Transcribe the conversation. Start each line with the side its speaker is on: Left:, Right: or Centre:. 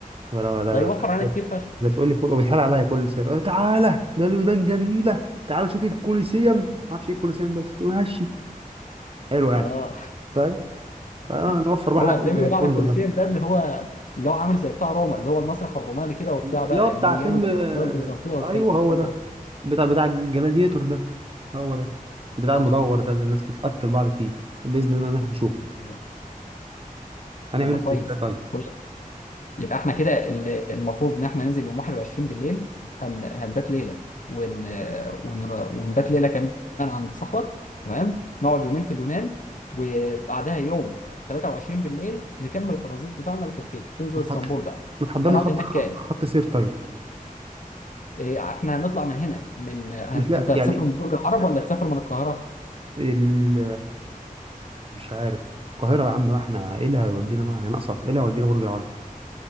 Right: لا لا لا
Left: ده يوفر علينا
Right: لا,
Left: كتير فشخ
Right: لا تقول لي فوق وبيتحال عليا كل سنة آه، تعالى ده اليونان جميلة تعالى شوف الكوليسيوم ما اعرفش ايه الكوليسيوم ده بس ماشي حلو يعني
Left: اه
Right: فاهم فنوفر
Left: <laughs>
Right: بقى
Left: هو
Right: حق
Left: هتلاقيه
Right: ال-
Left: بيقول
Right: الفندق
Left: على الكولوسيوم
Right: ده
Left: ده اللي هو اللي هو عامل زي بتاع روما اللي هو المسرح الروماني كده وبتاع
Right: اللي
Left: بقى
Right: هو بتاع
Left: من ايام
Right: فيلم
Left: الامبراطوريه
Right: آه،
Left: البيزنطيه والكلام
Right: ايوه هو ده
Left: ده
Right: بتاع بتاع الجلاديتور ده هو ده بتاع
Left: اه
Right: المدور ده اللي الناس بتقتل بعض فيه بإذن الله إن احنا نشوفه
Left: آه.
Right: هنعمل
Left: طب ما
Right: ايه
Left: كويس
Right: في تركيا طيب
Left: كويس. يبقى احنا كده ال- المفروض ان احنا ننزل يوم 21 بالليل هن... هنبات ليله ون... ون... ونبات ليله كمان عند صاحبك تمام نقعد يومين في اليونان وبعدها يوم 23 بالليل نكمل الترانزيت بتاعنا لتركيا تنزل
Right: ما
Left: اسطنبول
Right: تحض-
Left: بقى
Right: ما تحضرنا
Left: هنقعد
Right: خط
Left: هناك
Right: خ-
Left: كام؟
Right: خط سير طيب
Left: إيه احنا هنطلع من هنا من هن...
Right: مش لا
Left: انت هتسافر
Right: يعني
Left: من برج العرب ولا هتسافر من القاهره؟
Right: ال مش عارف القاهرة يا عم احنا ايه اللي هيودينا بقى هنقصر ايه اللي هيودينا برج العرب